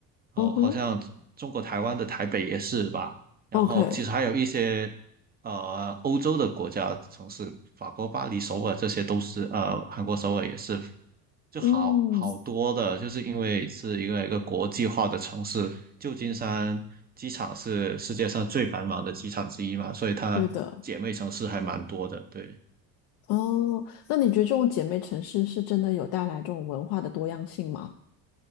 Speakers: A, on the right; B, on the left.
A: 哦，
B: 嗯哼
A: 好像中国台湾的台北也是吧？然后其实还有一些
B: ，OK，
A: 呃欧洲的国家城市，法国巴黎、首尔这些都是，呃韩国首尔也是就好好多的，
B: 嗯，
A: 就是因为是一个一个国际化的城市，旧金山机场是世界上最繁忙的机场之一嘛，所以它姐妹城市还蛮多的，
B: 对的，
A: 对。
B: 哦，那你觉得这种姐妹城市是真的有带来这种文化的多样性吗？